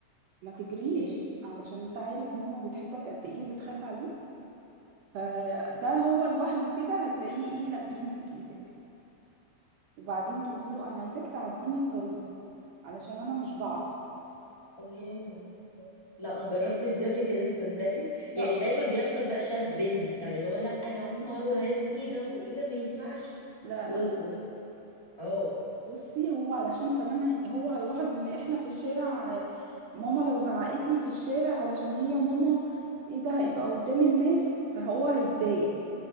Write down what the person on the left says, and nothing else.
اوكي
الله لا ما جربتش دي قبل كده تصدقي
يعني دايما بيحصل بقى شد بينا يعني اللي هو لا يا عمر وهات ايدك وكده ما ينفعش
و
و اه